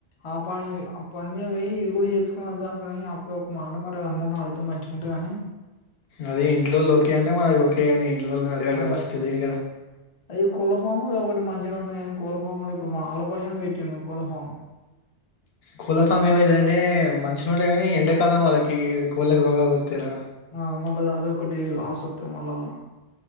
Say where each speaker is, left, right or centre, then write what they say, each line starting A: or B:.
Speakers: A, on the left; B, on the left.
A: ఆ పని ఆ పని మీద పోయ్ ఇది కూడా చేసుకుని వద్దాం అనుకున్నా కానీ అప్పుడొక మాట మరి అందరిని అడుగుతే మంచూగుంటది అని
B: అది ఇంట్లోళ్లు ఒకే అంటే మనకు ఒకే గని ఇంట్లోళ్ళని అడగాలి
A: అదే
B: గా ఫస్ట్ దేనికయినా
A: అది కోళ్ల ఫామ్ ఒకటి మంచిగనే ఉన్నది కాని కోళ్ల ఫామ్ కూడా ఇప్పుడు మా ఆలకోసం పెట్టిండు కోళ్ల ఫామ్
B: కోళ్ల ఫామ్ ఏమైతదంటే మంచినే ఉంటది కానీ ఎండాకాలం వాళ్ళకి కోళ్ళకు రోగాలు వత్తయ్ రా
A: ఆ మళ్ళ అది ఒకటి లాస్ ఒత్తే మళ్ళ అలా